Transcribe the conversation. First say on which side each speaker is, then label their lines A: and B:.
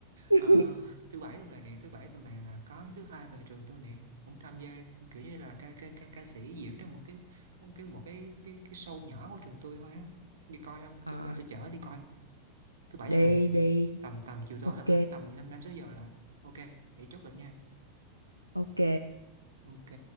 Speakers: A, on the right; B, on the right.
A: <laughs>
B: Ờ, thứ bảy tuần này nè thứ bảy tuần này là có thứ hai về trường tôi nè cũng tham gia kiểu như là ca ca ca, ca sĩ diễn trong một cái một cái một cái cái cái show nhỏ của trường tôi thôi á đi coi không
A: à,
B: tôi qua tôi chở đi coi thứ bảy
A: đi
B: tuần này
A: đi
B: tầm tầm chiều tối
A: ok
B: lận á tầm năm năm sáu giờ là ok vậy chốt lịch nha
A: ok
B: ok